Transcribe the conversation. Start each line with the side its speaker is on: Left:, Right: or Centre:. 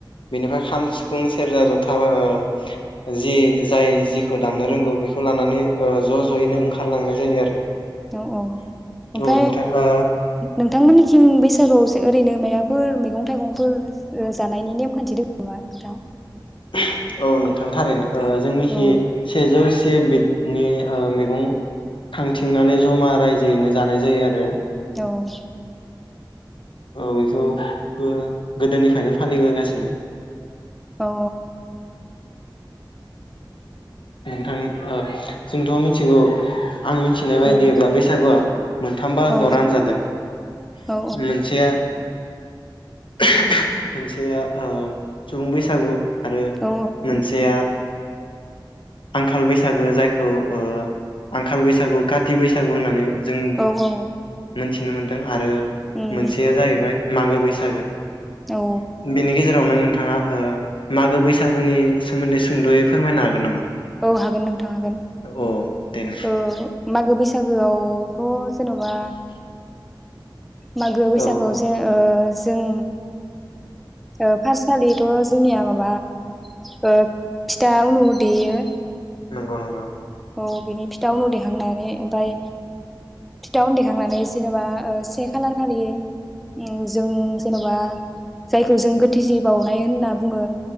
Left: बेनिफ्राय खाम सिफुं सिफुं सेरजा जथा ओ जि जाय जिखौ दामनो रोंगौ बेखौ लानानै ओ ज' ज'यैनो ओंखारलांनाय जायो आरो
Centre: औ औ ओमफ्राय
Left: औ नोंथां ओ
Centre: नोंथांमोननिखिं बैसागुआवसो ओरैनो माइबाफोर मैगं थाइगंफोर जानायनि नेमखान्थि दङ नामा नोंथां
Left: <unintelligible> औ नोंथां थारैनो ओ जोंनिखि
Centre: औ
Left: सेजौस एसे बिदनि मैगं खांथिंनानै जमा रायजोयैनो जानाय जायो आरो
Centre: औ
Left: औ बेखौ बो गोदोनिफ्रायनो फालिबोगासिनो।
Centre: औ
Left: अनोंथां अ जोंथ' मिथिगौ आं मिथिनाय बायदिब्ला
Centre: उम
Left: बैसागुआ मोनथामबा
Centre: औ
Left: गावरान जादों
Centre: औ
Left: मोनसेया मोनसेया सुबुं बैसागु आरो
Centre: औ
Left: मोनसेया आंखाल बैसागो जायखौ अ आंखाल बैसागु काति बैसागु होननानै ओम <unintelligible>
Centre: औ औ
Left: मिथिनो मोनदों आरो
Centre: उम
Left: मोनसेया जाहैबाय मागो बैसागो
Centre: औ
Left: बिनि गेजेर नो नोंथाङा मागो बैसागुनि सोमोन्दै सुंद'यै फोरमायनो हागोन नामा?
Centre: औ हागोन नोंथां हागोन
Left: औ दे नों
Centre: अ मागो बैसागोआवथ' जेन'बा मागो बैसागोआवसो
Left: औ औ
Centre: ओ जों अ फार्सखालिथ' जोंनिया माबा ओ फिथा उनु देयो
Left: नंगौ नंगौ
Centre: औ बिनि फिथा उन देखांनानै ओमफ्राय फिथा उन देखांनानै जेनेबा अ-से खालार खालि ओम जों जेन'बा जायखौ जों गोथिसि बावउनाय होनना बुङो।